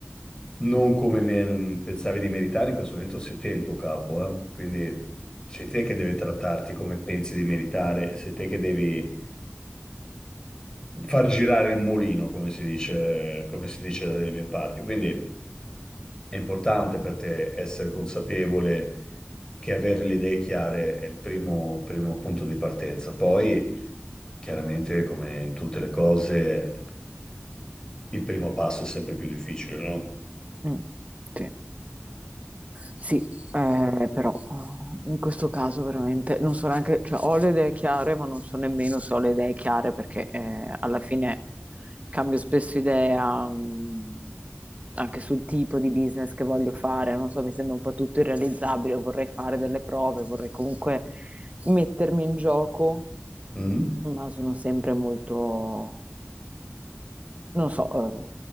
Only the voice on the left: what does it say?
Non come me- pensavi di meritare, in questo momento sei te il tuo capo, eh? Quindi sei te che deve trattarti come pensi di meritare, e sei te che devi far girare il mulino, come si dice, come si dice dalle mie parti. Quindi è importante per te essere consapevole che avere le idee chiare è il primo, primo punto di partenza. Poi, chiaramente, come in tutte le cose, il primo passo è sempre più difficile, no?
Mm?